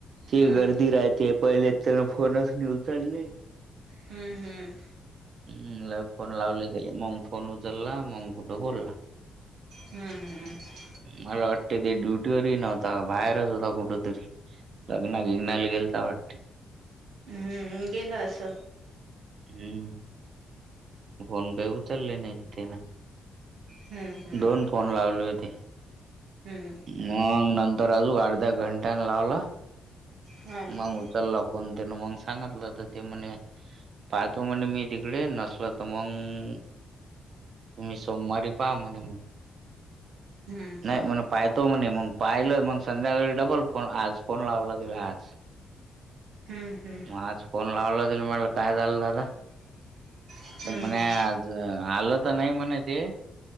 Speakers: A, on the right; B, on the right.
A: ती
B: हम्म
A: गर्दी राहते पयले त्याना फोनच नाही उचलली
B: हम्म हम्म
A: ह लई फोन लावले तीले मग फोन उचलला मग कुठं बोलला
B: हम्म हम्
A: मला वाटते ते ड्युटी वरही नव्हत बाहेरच होता कुठ तरी लग्ना बिग्नाला गेलता वाट
B: हम्म् गेला असल
A: हम्म फोन काय उचलले नाही तिन
B: हम्म हम्म
A: दोन फोन लावले होते
B: हम्म
A: मग नंतर अजून अर्ध्या घंट्यान लावला
B: ह
A: मग उचलला फोन त्यान मग सांगितलं तर ते म्हणे पाहतो म्हणे मी तिकडे नसल तर मग तुम्ही सोमवारी पहा म्हणे म्ह
B: हम्म
A: नाही
B: हम्म
A: म्हण पाहतो म्हणे मग पाहिलं मग संध्याकाळी डबल फोन आज फोन लावला तला आज
B: हम्म हम्
A: मग आज फोन लावला त म्हटलं काय झालं दादा
B: हम्म
A: तर म्हणे आज आलं तर नाही म्हणे ते